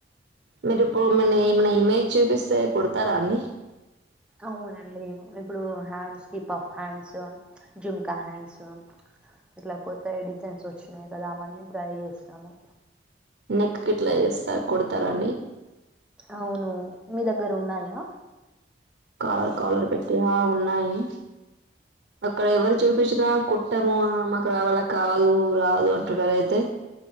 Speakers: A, on the right; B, in the centre.
A: మేజుబు ఇప్పుడు ఏమైనా ఇమేజ్ చూపిస్తే కుడతారా అండి
B: అవునండి ఇప్పుడు హ్యాండ్స్ కి పఫ్ హ్యాండ్స్ ఝుమ్కా హ్యాండ్స్ ఇట్లా కొత్తగ డిజైన్స్ వచ్చినయి కదా అవన్నీ ట్రై చేస్తము
A: నెక్ కెట్ల చేస్తరు కుడతరండి
B: అవును మీ దగ్గర ఉన్నాయా
A: కాలర్ కాలర్ పెట్టి ఆ ఉన్నాయి అక్కడ ఎవరు చూపించినా కుట్టము మాకు రా వాళ్లకు రాదు అంటున్నరు అయితే